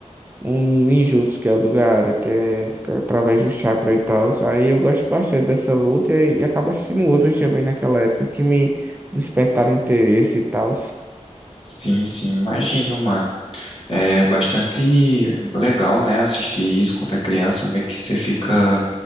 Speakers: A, on the right (about 15°); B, on the left (about 45°).
A: um ninjutsu, que é o do Gaara, que é que é através do chakra e tal. Aí eu gosto bastante dessa luta e, e acabo assistindo outras também naquela época que me despertaram interesse e tal.
B: sim, sim, imagino, mano. É bastante legal, né, assistir isso quando é criança, meio que você fica